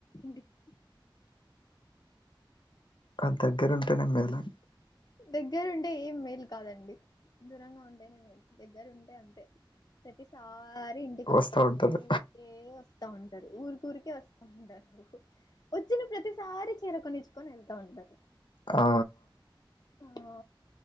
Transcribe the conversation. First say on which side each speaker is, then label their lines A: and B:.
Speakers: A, on the left; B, on the left.
A: ఇంటికి
B: కాన్ దగ్గర ఉంటే నె మెదలాలీ
A: దగ్గర ఉంటే ఏం మేలు కాదండి దూరంగా ఉంటేనే మేలు దగ్గరు ఉంటే అంతే ప్రతిసారి ఇంటికి వస్తారు
B: వస్తా ఉంటారు.
A: ఊరు ఏ వస్తా ఉంటారు ఊరి ఊరికే వస్తా ఉంటారు వచ్చిన ప్రతిసారి చీర కొనిచ్చుకొని వెళ్తా ఉంటారు
B: ఆ
A: ఆ